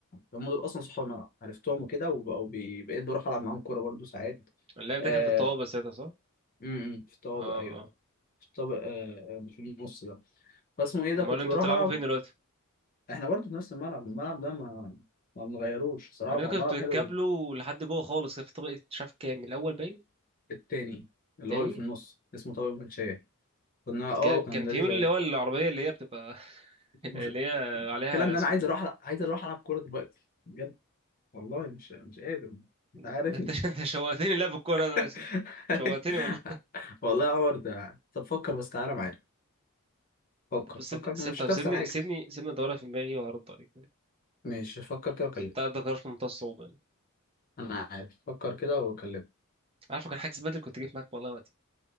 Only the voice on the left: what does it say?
هم دول اصلا صحاب الملعب عرفتهم وكده وبقوا بي... بقيت بروح العب معاهم كوره برضو ساعات
آه...
م- م، في الطوابق
ايوه
في الطابق آه... آه، في النص ده فاسمه ايه
ده كنت
بروح
العب
احنا برضه في نفس الملعب الملعب ده ما ما بنغيروش صراحه
هو ملعب
حلو جدا
التاني اللي
هو اللي في النص اسمه طارق المنشيه كنا اه
كان
لذيذ
قوي
مش
المشكله
ان
انا عايز
اروح ألع- عايز اروح العب كوره دلوقتي بجد والله مش مش قادر
انت عارفني
<laughs>
والله يا عمر ده طب فكر بس تعالى معايا فكر
فكر مش
هتخسر
حاجه
ماشي فكر كده وكلمني
انا عارف فكر كده وكلمني